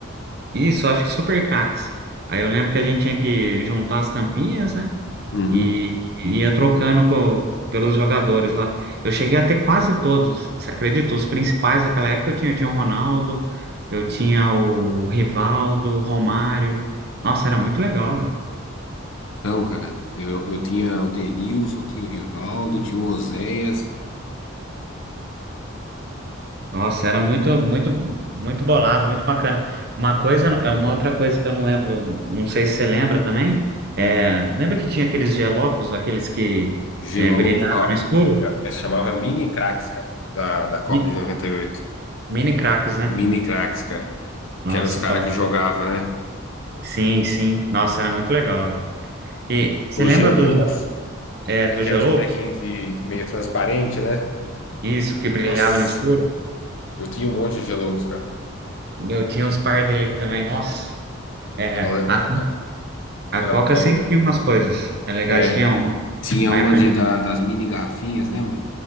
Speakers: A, on the right; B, on the left.
A: Isso, acho que super craques. Aí eu lembro que a gente tinha que juntar as tampinhas, né?
B: Uhum.
A: E e ia trocando co- pelos jogadores lá. Eu cheguei a ter quase todos, você acredita? Os principais daquela época eu tinha, eu tinha o Ronaldo, eu tinha o Rivaldo, o Romário. Nossa, era muito legal, velho.
B: Então, cara, eu, eu tinha o Denilson, tinha o Rivaldo, tinha o Oséias,
A: Nossa, era muito, muito, muito bolado, muito bacana. Uma coisa, é uma outra coisa que eu não lembro, não sei se você lembra também.
B: hum,
A: É, lembra que tinha aqueles gelocos, aqueles que
B: Gelouco,
A: é, brilhavam
B: ó,
A: no escuro?
B: é- é- chamava mini craques, cara, da, da Copa
A: Mi-
B: de noventa e oito
A: Mini craques, né?
B: Mini craques, cara,
A: Nossa,
B: que eram os caras
A: top.
B: que jogavam, né?
A: Sim, sim. Nossa, era muito legal. velho. E você
B: Os
A: lembra
B: Geloucos,
A: do, Ge- é,
B: é
A: do
B: que
A: Geloucos?
B: eram os bonequinhos de meio transparente, né?
A: Isso, que brilhava
B: Nossa.
A: no escuro?
B: Eu tinha um monte de Geloucos, cara.
A: Eu tinha uns par dele aqui também. Nossa. É,
B: Era,
A: a, Co- a
B: era
A: Coca
B: top.
A: sempre tinha umas coisas. É legal,
B: É.
A: eles tinham uma,
B: Tinha
A: uma
B: uma
A: época.
B: de, da- das mini garrafinhas, lembra?